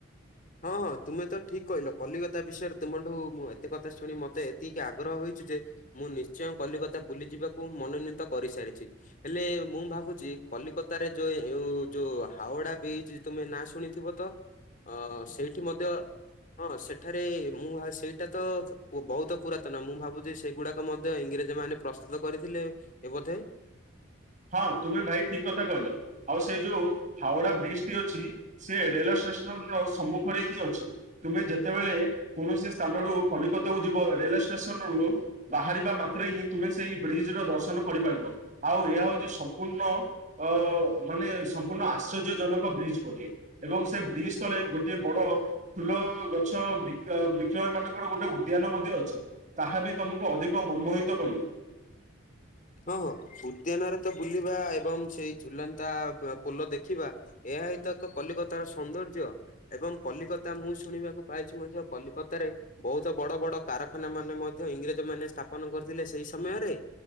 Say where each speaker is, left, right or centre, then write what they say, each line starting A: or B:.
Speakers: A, on the left (about 40°); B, on the right (about 35°).
A: ହଁ ହଁ ତୁମେ ତ ଠିକ କହିଲ କଲିକତା ବିଷୟରେ ତୁମଠୁ ମୁଁ ଏତେ କଥା ଶୁଣି ମତେ ଏତିକି ଆଗ୍ରହ ହୋଇଛି ଯେ ମୁଁ ନିଶ୍ଚୟ କଲିକତା ବୁଲି ଯିବାକୁ ମନୋନୀତ କରିସାରିଛି। ହେଲେ ମୁଁ ଭାବୁଛି କଲିକତାରେ ଯୋଉ ଯୋଉ ହାଓଡା ବ୍ରିଜ ତୁମେ ନାଁ ଶୁଣିଥିବ ତ? ହଁ ସେଇଠି ମଧ୍ୟ ହଁ ସେଠାରେ ମୁଁ ସେଇଟା ତ ବହୁତ ପୁରାତନ, ମୁଁ ଭାବୁଛି ସେଗୁଡାକ ମଧ୍ୟ ଇଂରେଜ ମାନେ ପ୍ରସ୍ତୁତ କରିଥିଲେ ଏ ବୋଧେ।
B: ହଁ ତୁମେ ଭାଇ ଠିକ କଥା କହିଲ। ଆଉ ସେଇ ଯୋଉ ହାଓଡା ବ୍ରିଜ ଟି ଅଛି ସେ ରେଲ ଷ୍ଟେସନ୍ ସମ୍ମୁଖରେ ହିଁ ଅଛି। ତୁମେ ଯେତେବେଳେ କୌଣସି ସ୍ଥାନ ରୁ କଲିକତାକୁୁ ଯିବ ରେଳ ଷ୍ଟେସନ ରୁ ବାହାରିବା ମାତ୍ରେ ହିଁ ତୁମେ ସେଇ ବ୍ରିଜ୍ ର ଦର୍ଶନ କରିପାରିବ। ଆଉ ଏହା ହୋଉଛି ସମ୍ପୂର୍ଣ୍ଣ ଅ ମାନେ ସମ୍ପୂର୍ଣ୍ଣ ଆଶ୍ଚର୍ଯ୍ୟ ଜନକ ବ୍ରିଜ୍ ଗୋଟେ। ଏବଂ ସେ ବ୍ରିଜ୍ ତଳେ ଗୋଟେ ବଡ। ଫୁଲ ଗଛ ବିକ୍ରୟ, ବିକ୍ରୟ ମାନଙ୍କର ଗୋଟେ ଉଦ୍ୟାନ ମଧ୍ୟ ଅଛି। ତାହା ବି ତମକୁ ଅଧିକ ମନମୋହିତ କରିବେ।
A: ହଁ ହଁ ଉଦ୍ୟାନରେ ତ ବୁଲିବା ଏବଂ ସେଇ ଝୁଲନ୍ତା ପୋଲ ଦେଖିବା। ଏହା ହିତ ଏକ କଲିକତାର ସୌନ୍ଦର୍ଯ୍ୟ। ଏବଂ କଲିକତା ମୁଁ ଶୁଣିବାକୁ ପାଇଛି ମଧ୍ୟ କଲିକତାରେ ବୋହୁତ ବଡ ବଡ କାରଖାନା ମାନେ ମଧ୍ୟ ଇଂରେଜ ମାନେ ସ୍ଥାପନ କରିଥିଲେ ସେଇ ସମୟରେ